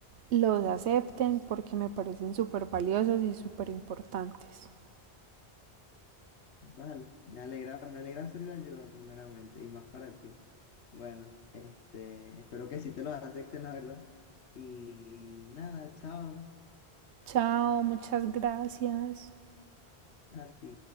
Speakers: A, on the right (about 80°); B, on the left (about 80°).
A: los acepten porque me parecen súper valiosos y súper importantes.
B: Vale, me alegra, me alegra ser de ayuda primeramente y más para ti. Bueno, este, espero que sí te lo acepten, la verdad. Y nada, chao
A: Chao, muchas gracias.
B: a ti.